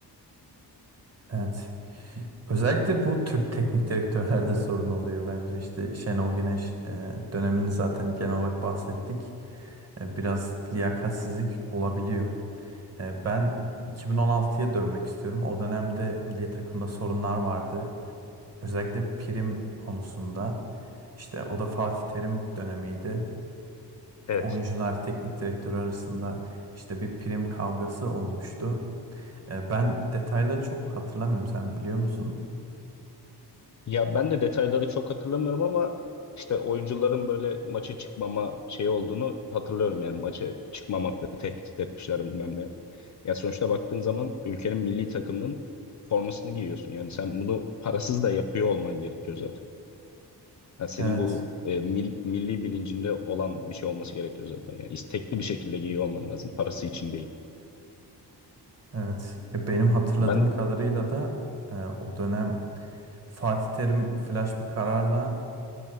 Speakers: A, on the right; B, on the left.
A: Evet. Özellikle bu Türk teknik direktörlerde sorun oluyor bence. İşte Şenol Güneş e, dönemini zaten genel olarak bahsettik. E, biraz liyakatsizlik olabiliyor. E, Ben 2016'ya dönmek istiyorum. O dönemde milli takımda sorunlar vardı. Özellikle prim konusunda. İşte o da Fatih Terim dönemiydi.
B: Evet.
A: Oyuncular, teknik direktör arasında işte bir prim kavgası olmuştu. E, Ben detaylarını çok hatırlamıyorum. Sen biliyor musun?
B: Ya ben de detayları çok hatırlamıyorum ama işte oyuncuların böyle maça çıkmama şey olduğunu hatırlıyorum yani maça çıkmamakla tehdit etmişler bilmem ne. Ya sonuçta baktığın zaman ülkenin milli takımının formasını giyiyorsun. Yani sen bunu parasız da yapıyor olman gerekiyor zaten. Yani senin
A: Evet,
B: bu e, mil- milli bilincinde olan bir şey olması gerekiyor zaten. Yani istekli bir şekilde giyiyor olman lazım. Parası için değil.
A: evet. Ya Benim hatırladığım
B: Ben
A: kadarıyla da e, o dönem Fatih Terim flash bir kararla